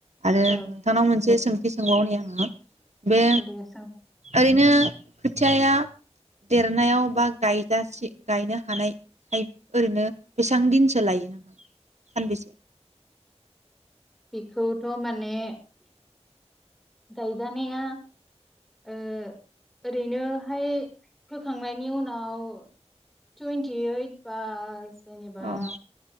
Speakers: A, on the right; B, in the centre.
A: आरो
B: औ
A: नोंथांनाव मोनसे सों बि सोंबावनो आङो। बे
B: औ दे सों
A: ओरैनो। खोथियाया देरनायाव बा गायजासे गायनो हानायखाय ओरैनो बेसेबां दिनसो लायो नोंथां सानबेसे
B: बेखौथ माने। गायजानाया ओ ओरैनोहाय फोखांनायनि उनाव टुइन्टि ओइट बास जेनेबा
A: औ